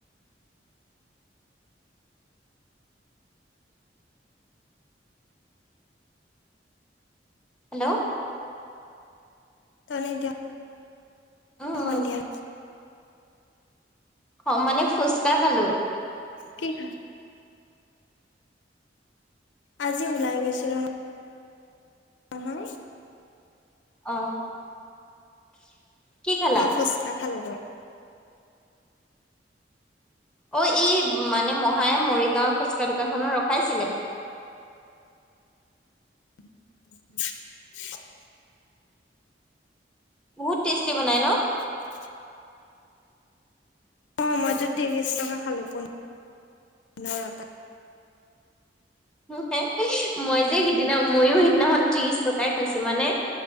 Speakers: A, in the centre; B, on the left.
A: হেল্ল'
B: তুমি এতিয়া
A: উম
B: সন্ধিয়াই
A: উম অ মানে ফুচকা খালোঁ।
B: কি খা আজি ওলাই গৈছিলোঁ ন। অ হয়।
A: অ কি খালা
B: মই ফুচকা খালোগৈ।
A: অ' ই মানে মহায়ে মৰি তেওঁ ফুচকা দোকান খনত ৰখাইছিলে।
B: <inaudible>
A: বহুত টেষ্টি বনাই ন?
B: <inaudible> অ' মইতো ত্ৰিশ টকা খালো, পোন্ধ পোন্ধৰটা
A: হে হে, মই যে সিদিনা ময়ো সিদিনাখন ত্ৰিশ টকাই খাইছো। মানে